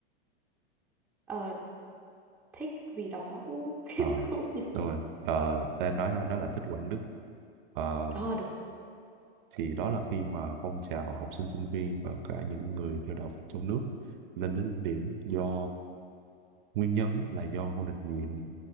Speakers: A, in the centre; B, on the right.
A: Ờ, thích gì đó đúng không? <laughs>
B: ờ,
A: Em không nhớ.
B: đúng rồi Ờ, tên nói ha đó là Thích Quảng Đức Ờ,
A: Ờ, đúng.
B: thì đó là khi mà phong trào học sinh sinh viên và cả những người theo đạo Phật trong nước lên đến đỉnh điểm do nguyên nhân là do Ngô Đình Diệm